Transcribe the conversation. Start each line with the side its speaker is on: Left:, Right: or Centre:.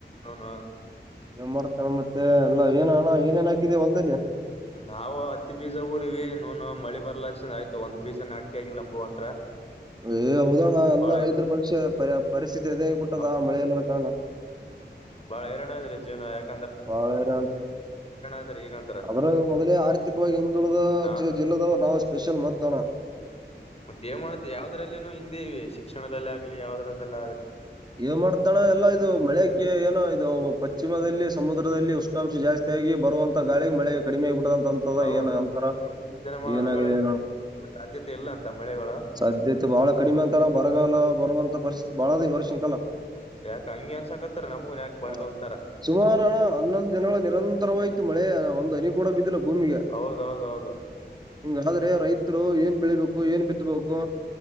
Left: <unintelligible>
Right: ಏನ್ ಮಾಡ್ತಳೆ ಮತ್ತೆ ಎಲ್ಲ ಏನ ಹಣ ಏನೇನ ಹಾಕಿದಿ ಹೊಲ್ದಲ್ಲಿ.
Left: ನಾವು ಹತ್ತಿ ಬೀಜ ಊರಿವಿ ನೂನು ಮಳಿ ಬರ್ಲಾ ಚಂದ ಆಯ್ತು ಒಂದ್ ಬೀಜ ನಾಟಕ ಆಗಿಲ್ಲ ನಂಬು ಅಂತ್ರ.
Right: ಏ ಉದಾಹಣ ಎಲ್ಲಾ
Left: ಬಾಳ
Right: ರೈತರ ಪರಿಕ್ಷೆ ಪ ಪರಿಸ್ಥಿತಿ ಎದೇ ಆಗಬಿಟ್ಟದಾ
Left: ಹೌದು
Right: ಮಳೆ ಎಲ್ಲದ ಕಾರಣ.
Left: ಬಾಳ ಹರಣದ್ರಿ ಜೀವನ ಯಾಕ್
Right: ಬಾಳರ
Left: ಅದ್ರಿ ಈಗಂತ್ರ
Right: ಅದ್ರ ಮೊದಲೇ ಆರ್ಥಿಕವಾಗಿ ಹಿಂದುಳಿದ <unintelligible>
Left: ಹಾ
Right: ಇಲ್ಲದ್ ನಾವು ಸ್ಪೆಷಲ್ ಮತ್ತನ
Left: ಮತ್ತೇಏ ಮಾಡುತ್ತೆ ಯಾವದ್ರಲ್ಲಿನು ಹಿಂದೆ ಇವಿ ಶಿಕ್ಷಣದಲ್ಲಿ ಆಗ್ಲಿ ಯಾವದ್ರದಲ್ಲ
Right: ಇದು ಮಾಡ್ತಾನ ಎಲ್ಲ ಇದು ಮಳೆಕ್ಕೆ ಏನೋ ಇದು ಪಶ್ಚಿಮದಲ್ಲಿ ಸಮುದ್ರದಲ್ಲಿ ಉಷ್ಣಾಂಶ ಜಾಸ್ತಿ ಆಗಿ ಬರುವಂತ ಗಾಳಿ ಮಳೆ ಕಡಿಮೆ ಆಗ್ಬ ಬಿಡಂತಂತ
Left: ಹೌದು
Right: ಏನ್ ಅಂತರ
Left: ಮುಂದಿನ ಜನಮಾನಗಳ
Right: ಏನಾಗಿದೆ
Left: ಸಾಧ್ಯತೆ ಇಲ್ಲ ಅಂತ ಮಳೆಗಳು
Right: ಸದ್ಯತೆ ಬಹಳ ಕಡಿಮೆ ಅಂತಡ ಬರಗಲ್ಲ ಲ್ಲ ಬರುವಂತ ಪರಿಸ್ಥಿತಿ ಬಾಳದ ಈ ವರ್ಷಂಕಲ್ಲ
Left: ಯಾಕ ಹಂಗೆ ಅನ್ಸಕತ್ತಾರ ನಮಗನ್ ಯಾಕ ಬರ್ಗಲ್ತಾರ
Right: ಹ ಸುಮಾರು ಹಣ ಹನ್ನೊಂದು ದಿನಗಳು ನಿರಂತರವಾಯ್ತು ಮಳೆ ಒಂದ್ ಹನಿ ಕೂಡ ಬಿದ್ದಿಲ್ಲ ಭೂಮಿಗೆ
Left: ಹೌದೌದೌದು
Right: ಹಿಂಗಾದ್ರೆ ರೈತ ರು ಏನ್ ಬೆಳಿಬೇಕು ಏನ್ ಬಿತ್ತಬೇಕು